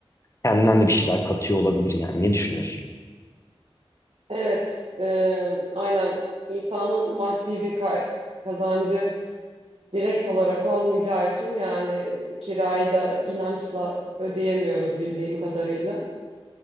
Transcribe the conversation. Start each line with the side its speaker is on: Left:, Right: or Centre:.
Left: kendinden de bir şeyler katıyor olabilir yani. Ne düşünüyorsun?
Right: Evet, e, aynen insanın maddi bir ka- kazancı direkt olarak olmayacağı için yani kirayı da inançla ödeyemiyoruz bildiğim kadarıyla.